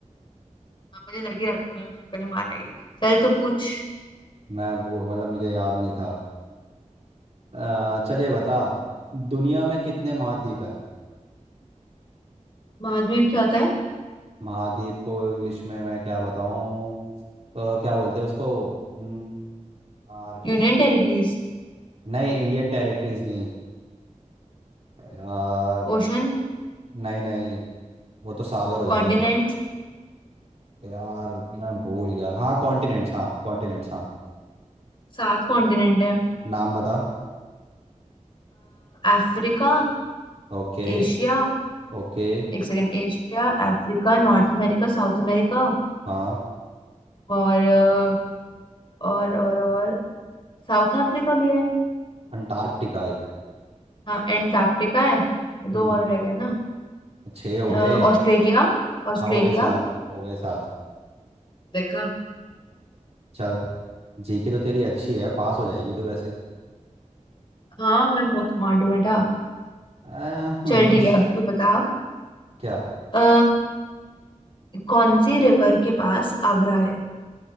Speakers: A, on the left (about 40°); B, on the right (about 55°).
A: मुझे लग ही रहा था तूने तुक्का ही मारा ये चल तू पूछ
B: मैं भू- मतलब मुझे याद नहीं था आ, चलिए बता दुनिया में कितने महाद्वीप हैं
A: महाद्वीप क्या होता है
B: महाद्वीप को इंग्लिश में मैं क्या बताऊं अ, क्या बोलते हैं उसको हम्म, यार
A: Union territories
B: नहीं इंडियन टेरिटरीज नहीं यार
A: ओशन
B: नहीं नहीं वो तो सागर हो जाएगा
A: कॉन्टिनेंट
B: यार मैं भूल गया हाँ कॉन्टिनेंट्स हाँ कॉन्टिनेंट्स हाँ
A: सात कॉन्टिनेंट है
B: नाम बता
A: अफ्रीका
B: ओके
A: एशिया
B: ओके
A: एक second Asia Africa North America South America
B: हाँ
A: और अ, और और और साउथ अफ्रीका भी है
B: अंटार्कटिका एक
A: हाँ एंटार्क्टिका है दो
B: हम्म
A: और रह गए ना
B: छः हो
A: अ,
B: गए
A: ऑस्ट्रेलिया ऑस्ट्रेलिया
B: हाँ हो गए सात हो गए सात
A: देखा
B: चल जीके तो तेरी अच्छी है पास हो जाएगी तू वैसे
A: हाँ मैं बहुत स्मार्ट हो बेटा
B: आ, हम्म
A: चल ठीक है
B: स-
A: अब तू बता
B: क्या
A: अ, कौन सी रिवर के पास आगरा है